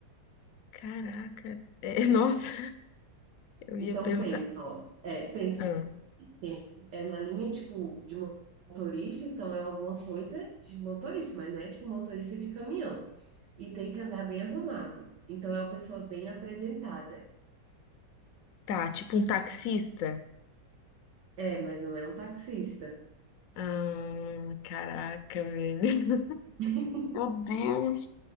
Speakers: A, on the left (about 65°); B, on the right (about 75°).
A: Caraca. É, <laughs> nossa, eu ia
B: Então,
A: perguntar.
B: pensa, ó, é, pensa.
A: Ah,
B: Sim. É na linha, tipo, de motorista, então é alguma coisa de motorista, mas não é tipo motorista de caminhão. E tem que andar bem arrumado. Então é uma pessoa bem apresentada.
A: tá, tipo um taxista?
B: É, mas não é um taxista.
A: Ah, caraca, velho. <laughs>
B: <laughs>
A: Meu Deus.